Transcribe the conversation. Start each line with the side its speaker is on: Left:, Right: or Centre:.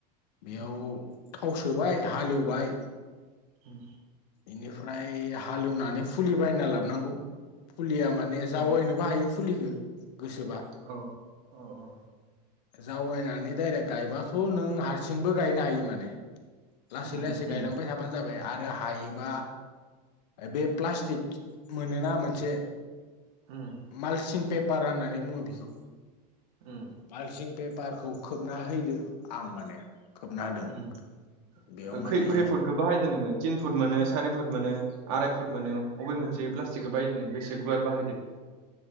Left: बेयाव
Right: उम
Left: थाव सोबाय हालेवबाय।
Right: उम
Left: इनिफ्राय हालौवनानै फुलि बायना लाबोनांगौ फुलिया माने
Right: उम
Left: जावायनोबो हायो। फुलिखो गोसोबा।
Right: औ। औ औ।
Left: जावबायनानै दडाइरेक्ट गायबाथ' नों हारसिंबो गायनो हायो माने। लासै
Right: उम
Left: लासै
Right: उम
Left: गायलांबाय थाबानो जाबाय आरो हायोबा बे प्लास्टिक मोनोना मोनसे
Right: उम।
Left: मालसिं पेपार होननानै बुङो बिखौ।
Right: ओम।
Left: मालसिं पेपारखौ खोबना हैदो आं माने। खोबना होदों
Right: उक्ष ओ
Left: बेयाव माने
Right: खै-खै खै फुदखौ बाहायदो नोङो? तिन फुट मोनो सारि फुट मोनो आराय फुट मोनो बबे मोनसे प्लास्टिकखौ बाहायदों बेसे गुवार बाहायदो?